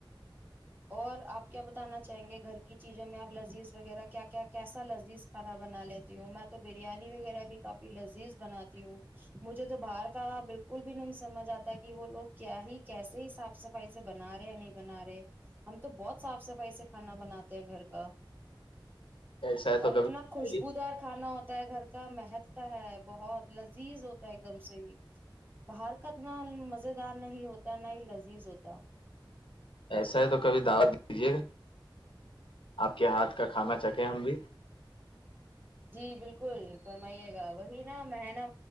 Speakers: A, on the right; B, on the left.
A: اور اپ کیا بتانا چاہیں گے گھر کی چیزوں میں اب لذیذ وغیرہ کیا کیا کیسا لذی سارا بنا لیتی ہوں میں تو بریانی وغیرہ بھی کافی لذیذ بناتی ہوں مجھے تو باہر کا بالکل بھی نہیں سمجھ اتا کہ وہ لوگ کیا ہی کیسے صاف صفائی سے بنا رہے ہیں یا نہیں بنا رہے ہم تو بہت صاف صفائی سے کھانا بناتے ہیں گھر کا
B: ایسا ہے تو
A: اور اتنا
B: کبھی
A: خوشبوودار کھانا ہوتا ہوتا ہے گھر کا مہکتا ہے بہت لذیذ ہوتا ہے ایک دم سے ہی باہر کا اتنا مز دار نہیں ہوتا نہ ہی لذیذ ہوتا
B: ایسا ہے تو کبھی دعوت دیجیے آپ کے ہاتھ کا کھانا چکھے ہم بھی
A: جی بالکل فرمائیے گا وہی نا منا